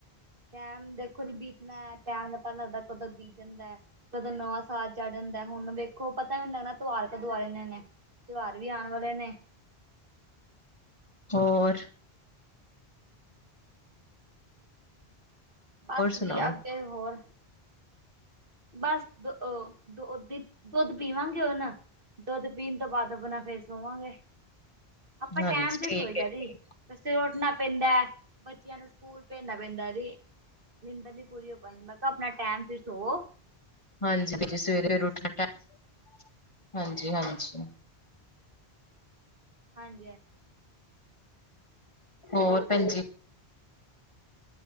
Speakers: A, on the right; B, on the left.
A: ਟਾਈਮ ਦੇਖੋ ਜੀ ਬੀ- ਤਨਾ ਏ ਟੈਮ ਦਾ ਪਹਿਲਾ ਦੇਖੋ ਕਦੋ ਬੀਤ ਜਾਂਦਾ ਐ। ਜਦੋ ਨਵਾਂ ਸਾਲ ਚੜ੍ਹ ਜਾਂਦੈ, ਹੁਨ ਵੇਖੋ ਪਤਾ ਵੀ ਨੀ ਲੱਗਣਾ ਤੁਆਰ ਕਦੋ ਆ ਜਾਨੇ ਨੇ। ਤਿਉਹਾਰ ਵੀ ਆਣ ਵਾਲੇ ਨੇ।
B: ਹੋਰ।
A: ਬਸ ਜੀ,
B: ਸੁਣਾਓ
A: ਅੱਗੇ ਹੋਰ। ਬਸ ਦ ਓ ਦੋ ਦੀ ਦੁੱਧ ਪੀਵਾਂਗੇ ਹੁਨ। ਦੁੱਧ ਪੀਣ ਤੋਂ ਬਾਦ ਅਪਨਾ ਫੇਰ ਸੌਵਾਂਗੇ,
B: ਹਾਂਜੀ-ਹਾਂਜੀ
A: ਆਪਾਂ ਟੈਮ ਤੇ
B: ਠੀਕ
A: ਸੌਈ
B: ਹੈ
A: ਦਾ ਜੀ।
B: ਠੀਕ।
A: ਸਵੇਰੇ ਉੱਠਨਾ ਪੈਂਦਾ ਐ, ਬੱਚਿਆਂ ਨੂੰ ਸਕੂਲ ਭੇਜਣਾ ਪੈਂਦਾ ਜੀ। ਨਿੰਦਰ ਨੀ ਪੂਰੀ ਹੋ ਪਾਂਦੀ, ਮੈਂ ਕੈ ਅਪਣਾ ਟੈਮ ਸਿਰ ਸੌਂਵੋ।
B: ਹਾਂਜੀ ਸਵੇਰੇ ਉੱਠਨਾ ਟੈਮ ਹਾਂਜੀ-ਹਾਂਜੀ।
A: ਹਾਂਜੀ -ਹਾਂਜੀ।
B: ਹੋਰ ਭੈਣਜੀ